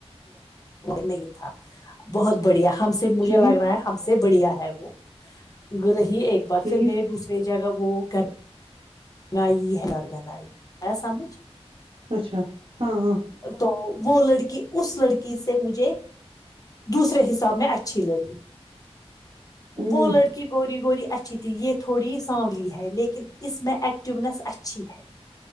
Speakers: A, on the left (about 35°); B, on the right (about 55°).
A: نہیں تھا بہت بڑھیا ہم سے مجھے
B: ٹھیک
A: لگ رہا ہے ہم سے بڑھیا ہے وہ رہی ایک بار
B: ٹھیک
A: پھر گئے دوسری جگہ وہ گھر ن ہےلارگند آ سمجھ
B: اچھا ہاں ہاں
A: تو وہ لڑکی اس لڑکی سے مجھے دوسرے حساب میں اچھی لگی
B: ہوں
A: وہ لڑکی گوری گوری اچھی تھی یے تھوڑی سانولی ہے لیکن اس میں ایٹ ٹیبنس اچھی ہے